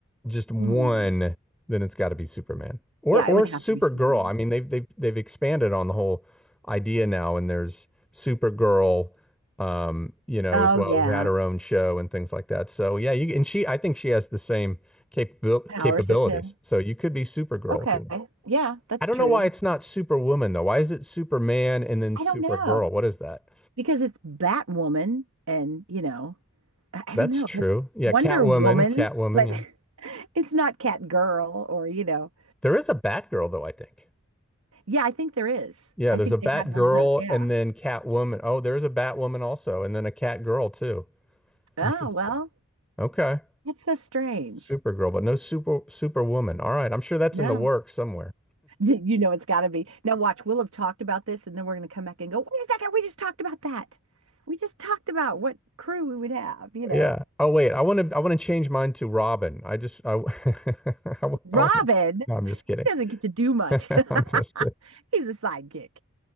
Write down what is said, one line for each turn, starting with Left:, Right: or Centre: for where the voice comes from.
Centre: just one,
Right: Hmm.
Centre: then it's got to be Superman or
Right: Yeah,
Centre: or
Right: it would
Centre: Supergirl.
Right: have to be Superman.
Centre: I mean, they've they've they've expanded on the whole idea now, and there's Supergirl, um, you know,
Right: Oh
Centre: as well,
Right: yeah,
Centre: who had her own show and things like that. So yeah, you and she, I think she has the same capabil
Right: Powers
Centre: capabilities.
Right: is him.
Centre: So you could be Supergirl
Right: Okay,
Centre: if you want.
Right: yeah, that's
Centre: I don't
Right: true.
Centre: know why it's not Superwoman though. Why is it Superman and then
Right: I
Centre: Supergirl?
Right: don't know
Centre: What is that?
Right: because it's Batwoman, and you know, I, I
Centre: That's
Right: don't know
Centre: true.
Right: That's
Centre: Yeah,
Right: Wonder
Centre: Catwoman,
Right: Woman,
Centre: Catwoman.
Right: but
Centre: Yeah,
Right: <laughs> it's not Catgirl or you know.
Centre: there is a Batgirl though, I think.
Right: Yeah, I think there is.
Centre: Yeah,
Right: I
Centre: there's
Right: think
Centre: a Bat
Right: they had one
Centre: Girl
Right: of those. Yeah.
Centre: and then Catwoman. Oh, there's a Batwoman also, and then a Cat Girl too.
Right: Oh
Centre: Interesting.
Right: well,
Centre: Okay.
Right: that's so strange.
Centre: Supergirl, but no super Superwoman. All right. I'm sure that's
Right: No.
Centre: in the works somewhere.
Right: <laughs> You know, it's got to be. Now, watch, we'll have talked about this, and then we're going to come back and go, wait a second, we just talked about that. We just talked about what crew we would have. You know,
Centre: Yeah. Oh, wait. I want to I want to change mine to Robin. I just I <laughs> I, want
Right: Robin
Centre: to No, I'm just
Right: he
Centre: kidding.
Right: doesn't get to do much,
Centre: <laughs> I'm just
Right: <laughs>
Centre: kidding.
Right: he's a sidekick.